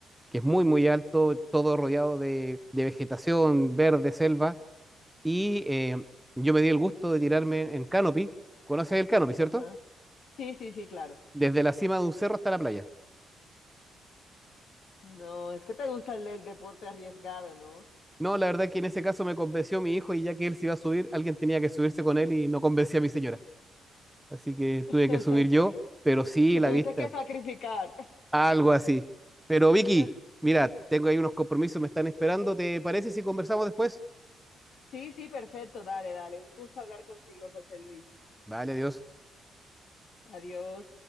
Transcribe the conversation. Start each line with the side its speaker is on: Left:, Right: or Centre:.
Centre: que es muy, muy alto, todo rodeado de, de vegetación, verde, selva Y eh, yo me di el gusto de tirarme en canopy. ¿Conoces el canopy, cierto?
Left: Ajá. Sí, sí, sí, claro.
Centre: Desde la cima de un cerro hasta la playa.
Left: No, es que te gusta el el deporte arriesgado, ¿no?
Centre: No, la verdad que en ese caso me convenció mi hijo y ya que él se iba a subir, alguien tenía que subirse con él y no convencía a mi señora. Así que
Left: <laughs>
Centre: tuve que subir yo, pero sí,
Left: Te
Centre: la
Left: tuviste
Centre: vista,
Left: que sacrificar.
Centre: algo así. Pero Vicky,
Left: <laughs>
Centre: mira, tengo ahí unos compromisos, me están esperando. ¿Te parece si conversamos después?
Left: Sí, sí, perfecto. Dale, dale. Un gusto hablar contigo, José Luis.
Centre: Vale, adiós.
Left: Adiós.